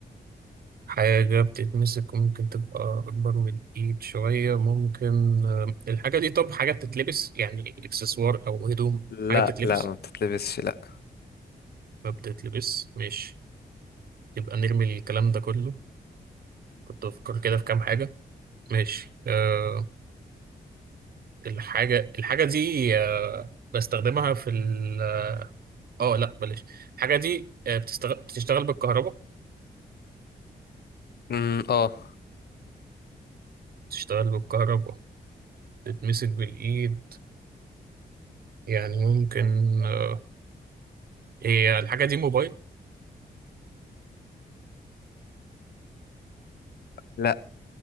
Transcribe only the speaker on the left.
لا
لا ما بتتلبسش لا
امم اه
لا